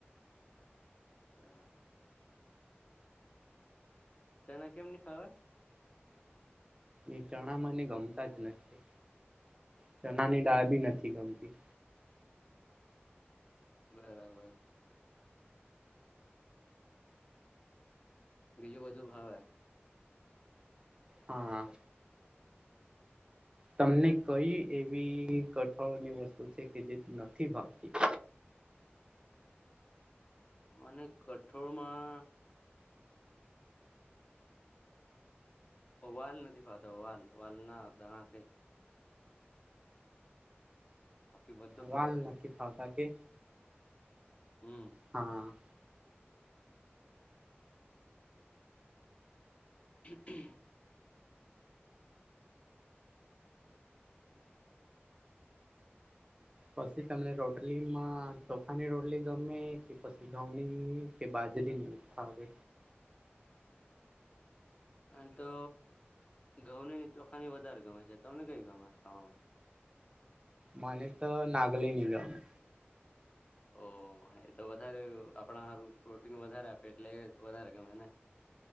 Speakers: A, on the left; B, on the right.
A: હા. ચના કેમ ની ફાવે?
B: એ ચણા મને ગમતા જ નથી, ચણાની ડળ બી નથી ગમતી.
A: બરાબર. બીજું બધું ભાવે
B: હા. તમને કઈ એવી કઠળોની વસ્તુ છે, કે જે નથી ભાવતી?
A: મને કઠોળમાં વાલ નથી ખાતા વાલ વાલના દાણા તે. બાકી બધું
B: વાલ
A: ફાવે છે
B: નથી ફાવતા કે?
A: હમ
B: હા.
A: <unintelligible>
B: પછી તમને રોટલીમાં ચોખાની રોટલી ગમે કે પછી ઘઉંની કે બાજરીની ખાવે?
A: અને તો ઘઉં નને ચોખાની વધારે ગમે છે, તમને કઈ ગમે ખાવામાં?
B: મને તો નાગલેની ગમે.
A: ઓ એ તો વધારે આપણા સારું પ્રોટીન વધારે આપે એટલે વધારે ગમે ને.